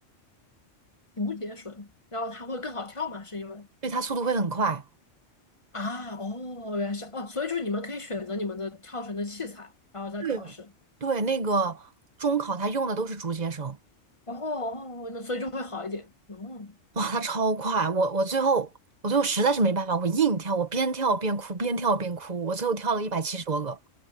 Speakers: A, on the left; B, on the right.
A: 竹节绳，然后它会更好跳吗？是因为
B: 对，它速度会很快。
A: 啊，哦，原来是哦，所以就是你们可以选择你们的跳绳的器材，然后再考试，
B: 对哦对，那个中考他用的都是竹节绳，
A: 然后哦，哦那所以就会好一点，哦。
B: 哇，它超快！我我最后我最后实在是没办法，我硬跳，我边跳边哭，边跳边哭，我最后跳了一百七十多个。